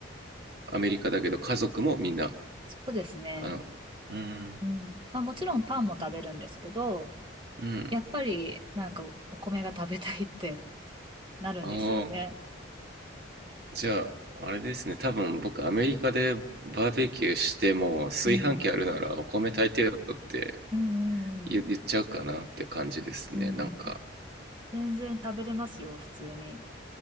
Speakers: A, on the right; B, on the right.
A: アメリカだけど家族もみんな、
B: そうですね。
A: あの、うーん、
B: うん。まあ、もちろんパンも食べるんですけど、
A: うん。
B: やっぱりなんかお米が食べたいって <laughs> なるんですよね。
A: ああ、じゃあ、あれですね。多分僕、アメリカでバーベキューしても、炊飯器あるならお米炊いてよって
B: うん。うんうん
A: 言、言っちゃうかなって感じですね。
B: うん。
A: なんか、
B: うん。全然食べれますよ、普通に。